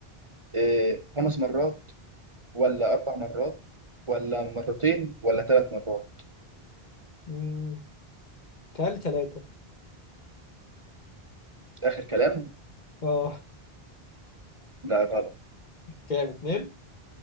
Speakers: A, on the right; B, on the left.
A: آه، خمس مرات ولا اربع مرات ولا مرتين ولا ثلاث مرات
B: امم تعالي ثلاثة
A: اخر كلام
B: اه
A: لا غلط
B: كام اتنين